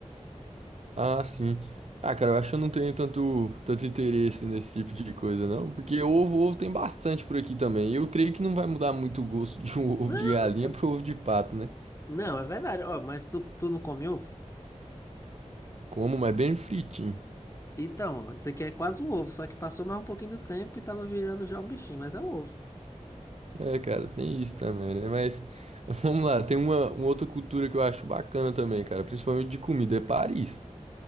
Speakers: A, on the right; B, on the left.
A: Ah, sim. Ah, cara, eu acho que eu não tenho tanto, tanto interesse nesse tipo de coisa, não. Porque ovo, ovo tem bastante por aqui também. E eu creio que não vai mudar muito o gosto de um <laughs> ovo
B: Não,
A: de galinha
B: é,
A: pro ovo de pato, né?
B: não, é verdade. Ó, mas tu, tu não come ovo?
A: Como, mas bem fritinho.
B: Então, ó, isso aqui é quase um ovo, só que passou mais um pouquinho do tempo e tava virando já um bichinho, mas é um ovo.
A: É, cara, tem isso também, né? Mas <laughs> vamos lá, tem uma, uma outra cultura que eu acho bacana também, cara, principalmente de comida, é Paris.